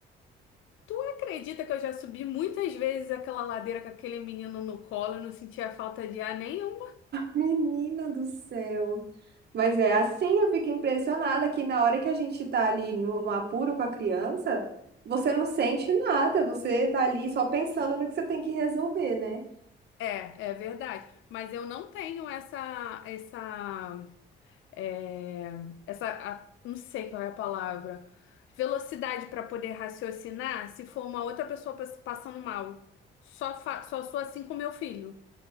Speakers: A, on the left; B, on the right.
A: Tu acredita que eu já subi muitas vezes aquela ladeira com aquele menino no colo e não sentia falta de ar nenhum?
B: Menina do céu. Mas é assim, eu fico impressionada que na hora que a gente tá ali no, no apuro com a criança, você não sente nada, você tá ali só pensando no que você tem que resolver, né?
A: É, é verdade. Mas eu não tenho essa, essa é, essa, a- não sei qual é a palavra, velocidade para poder raciocinar se for uma outra pessoa pass- passando mal. Só, fa- só sou assim com meu filho.